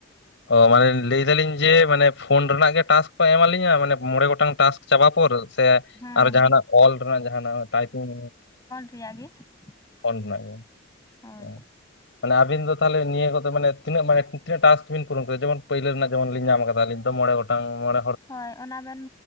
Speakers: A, on the left (about 65°); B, on the left (about 15°).
A: ᱚ ᱢᱟᱱᱮ ᱞᱟᱹᱭ ᱫᱟᱞᱤᱧ ᱡᱮ, ᱢᱟᱱᱮ ᱯᱷᱳᱱ ᱨᱮᱱᱟᱜ ᱜᱮ ᱴᱟᱥᱠ ᱠᱚ ᱮᱢᱟ ᱞᱤᱧᱟ ᱢᱟᱱᱮ ᱢᱚᱬᱮ ᱜᱚᱴᱟᱝ ᱴᱟᱥᱠ ᱪᱟᱵᱟ ᱯᱚᱨ ᱥᱮᱼᱼ?
B: ᱦᱮᱸ᱾
A: ᱟᱨᱚ ᱡᱟᱦᱟᱱᱟᱜ ᱚᱞ ᱨᱮᱱᱟᱜ ᱡᱟᱦᱟᱱᱟᱜ ᱴᱟᱭᱯᱤᱝᱼᱼ
B: ᱥ ᱨᱮᱭᱟᱜ ᱜᱮ <inaudible> <unintelligible>
A: ᱯᱷᱳᱱ ᱨᱮᱱᱟᱜ ᱜᱮ,
B: ᱦᱳᱭ
A: ᱦᱮᱸ, ᱢᱟᱱᱮ ᱟᱵᱤᱱ ᱫᱚ ᱛᱟᱦᱚᱞᱮ ᱱᱤᱭᱟᱹ ᱠᱚᱛᱮ ᱢᱟᱱᱮᱹ ᱛᱤᱱᱟᱹᱜ ᱢᱟᱱᱮ ᱴᱟᱥᱠ ᱵᱤᱱ ᱯᱩᱨᱱ ᱠᱮᱫᱟ, ᱡᱮᱢᱚᱱ ᱯᱟᱹᱭᱞᱳ ᱨᱮᱱᱟᱜ ᱡᱮᱢᱚᱞᱤᱧ ᱧᱟᱢ ᱠᱟᱫᱟᱞᱤᱧ? ᱢᱚᱬᱮ ᱜᱚᱴᱟᱝ, ᱢᱚᱬ
B: ᱦᱳᱭ, ᱚᱱᱟ ᱵᱮᱱ